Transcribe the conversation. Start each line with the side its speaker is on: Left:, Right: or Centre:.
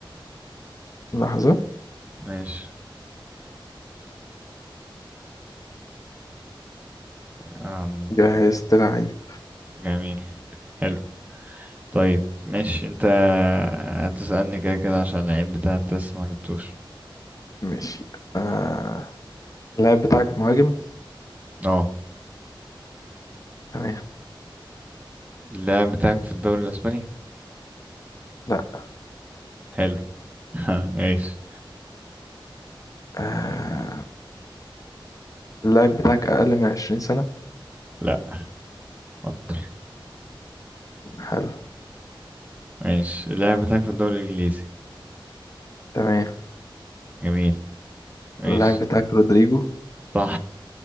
Left: لحظة
Right: ماشي آم
Left: جهزت لعيب
Right: جميل حلو طيب ماشي انت هتسالني كده كده عشان اللعيب بتاعك انت لسه ما جبتوش
Left: ماشي آه اللاعب بتاعك مهاجم
Right: اه
Left: تمام
Right: اللاعب بتاعك في الدوري الاسباني
Left: لا
Right: حلو <laughs> ماشي
Left: آه اللاعب بتاعك أقل من 20 سنة
Right: لا اكتر
Left: حلو
Right: ماشي اللاعب بتاعك في الدوري الانجليزي
Left: تمام
Right: جميل ماشي
Left: اللاعب بتاعك رودريجو
Right: صح